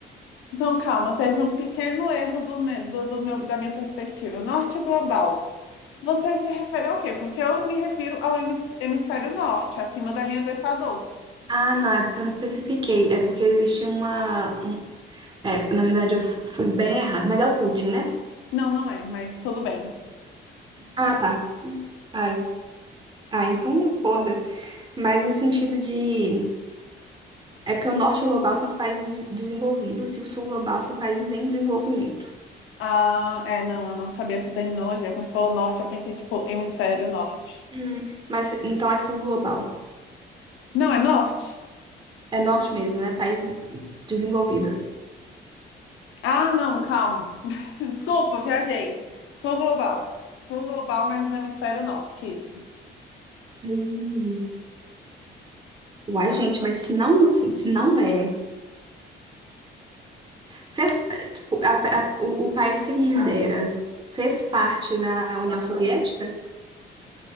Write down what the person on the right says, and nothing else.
Ah, não, é porque eu não especifiquei. É porque existe uma. um- É, na verdade, eu fu- fui bem errado. Mas é o Putin, né?
Ah, tá. Ai. Ah, então foda. Mas no sentido de. É porque o norte global são os países des- desenvolvidos e o sul global são países em desenvolvimento.
Hum, mas então é sul global.
É norte mesmo, é país desenvolvido.
Hum. Uai, gente, mas se não, se não é, fez, tipo, a- a- o, o país que ele lidera fez parte da União Soviética?